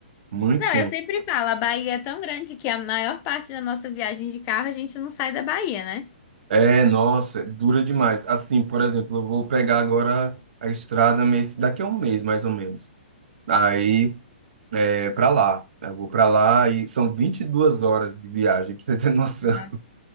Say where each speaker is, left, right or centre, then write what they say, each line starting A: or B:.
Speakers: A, on the right; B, on the left.
A: muito
B: Não,
A: quente.
B: eu sempre falo, a Bahia é tão grande que a maior parte da nossa viagem de carro, a gente não sai da Bahia, né?
A: É, nossa, dura demais. Assim, por exemplo, eu vou pegar agora a estrada mês, daqui a um mês, mais ou menos. Aí é para lá. Eu vou para lá e são 22 horas de viagem, <laughs> pra você ter <laughs> noção.
B: Uhum.